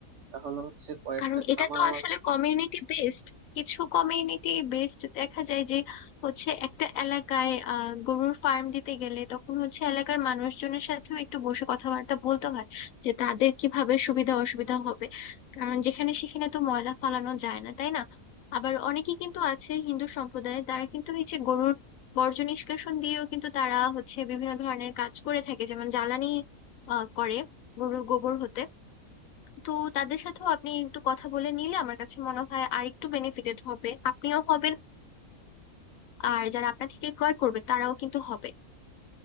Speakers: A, on the right; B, on the left.
A: তাহলে হচ্ছে কয়েকটা
B: কারণ এটা
A: খামার
B: তো
A: আমার
B: আসলে কমিউনিটি বেসড কিছু কমিউনিটি বেসড দেখা যায় যে হচ্ছে একটা এলাকায় আহ গরুর ফার্ম দিতে গেলে তখন হচ্ছে এলাকার মানুষজনের সাথেও একটু বসে কথাবার্তা বলতে হয় যে তাদের কিভাবে সুবিধা অসুবিধা হবে কারণ যেখানে সেখানে তো ময়লা ফালানো যায় না তাই না আবার অনেকে কিন্তু আছে হিন্দু সম্প্রদায়ে তারা কিন্তু হচ্ছে গরুর বর্জ্য নিষ্কাশন দিয়েও কিন্তু তারা হচ্ছে বিভিন্ন ধরনের কাজ করে থাকে যেমন জ্বালানি আহ করে গরুর গোবর হতে তো তাদের সাথেও আপনি একটু কথা বলে নিলে আমার কাছে মনে হয় আর একটু বেনিফিটেড হবে আপনিও হবেন আর যারা আপনার থেকে ক্রয় করবে তারাও কিন্তু হবে